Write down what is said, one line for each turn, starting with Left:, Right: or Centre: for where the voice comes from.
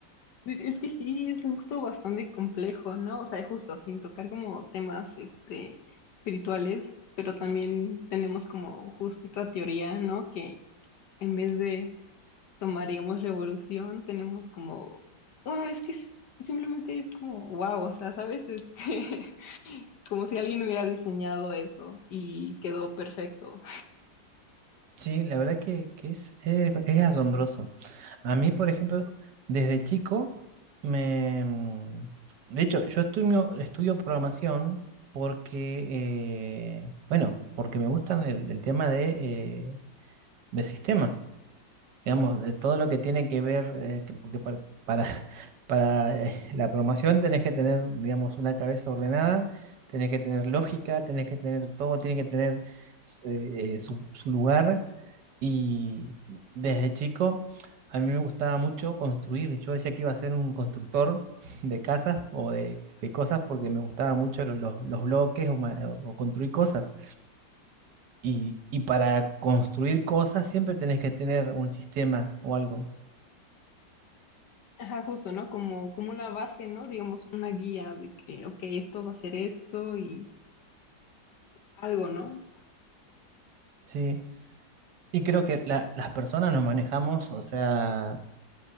Left: Pues es que sí, es justo bastante complejo, ¿no? O sea, justo sin tocar como temas, este, espirituales, pero también tenemos como justo esta teoría, ¿no? Que en vez de tomaríamos la evolución, tenemos como, bueno, es que es- simplemente es como, wow, o sea, ¿sabes? Este, <laughs> como si alguien hubiera diseñado eso y quedó perfecto.
Right: Sí, la verdad que, que es, es, es asombroso. A mí, por ejemplo, desde chico, me... mm, De hecho, yo estudio, estudio programación porque, eh, bueno, porque me gustan el, el tema de, eh, de sistemas, digamos, de todo lo que tiene que ver, eh, que- porque para, para, <laughs> para, eh, la programación tenés que tener, digamos, una cabeza ordenada, tenés que tener lógica, tenés que tener todo, tiene que tener eh, eh, su su lugar y desde chico a mí me gustaba mucho construir. Yo decía que iba a ser un constructor <laughs> de casas o de, de cosas porque me gustaba mucho lo- lo- los, bloques o, ma- o construir cosas. Y, y para construir cosas siempre tenés que tener un sistema o algo,
Left: Ajá, justo, ¿no? Como, como una base, ¿no? Digamos, una guía de que, ok, esto va a ser esto y algo, ¿no?
Right: ¿sí? Y creo que la- las personas nos manejamos, o sea,